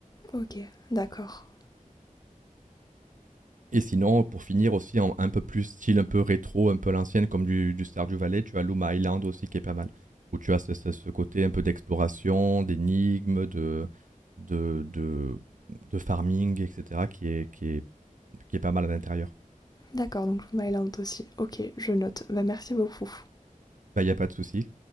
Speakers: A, on the left; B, on the right.
A: ok, d'accord.
B: Et sinon, pour finir aussi, en- un peu plus style, un peu rétro, un peu à l'ancienne, comme du, du Stardew Valley, tu as Loom Island aussi qui est pas mal. Où tu as ce, ce- ce côté un peu d'exploration, d'énigmes, de, de, de, de farming, etc. qui est, qui est, qui est pas mal à l'intérieur.
A: D'accord, donc Moon Island aussi. Ok, je note. Bah, merci beaucoup.
B: Bah, il n'y a pas de souci.